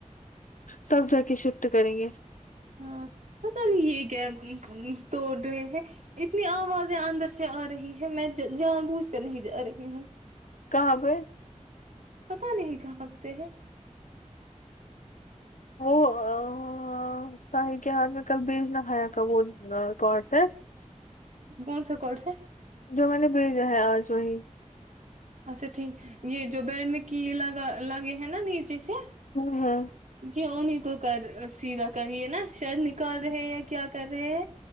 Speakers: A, on the left (about 80°); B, on the right (about 70°).
A: تب جا کے شفٹ کریں گے
B: ہاں پتا نہیں یہ کیا توڑ رہے ہیں اتنی آوازیں اندر سے آ رہی ہے میں جا جان بوجھ کر نہیں جا رہی ہوں
A: کہاں پے
B: پتا نہیں کب سے ہے
A: وہ اں ساہی کے ہاتھ میں کل بیج نہ کھایا تھا وہ نور کوڈ سٹ
B: کون سا کون سا
A: جو میں نے بھیجا ہے آج وہی
B: اچھا ٹھیک یہ جو بیڈ میں کی لگا لگے ہیں نا نیچے سے
A: تو ہے
B: جی انہیں کو کر سیدھا کہیے نا شاید نکال رہے یا کیا کر رہے